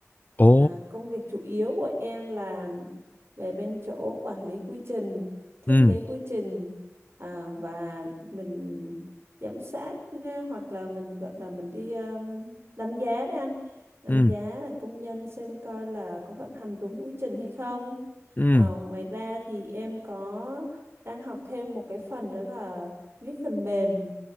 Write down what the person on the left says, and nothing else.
Ồ.
Ừ,
ừ,
ừ.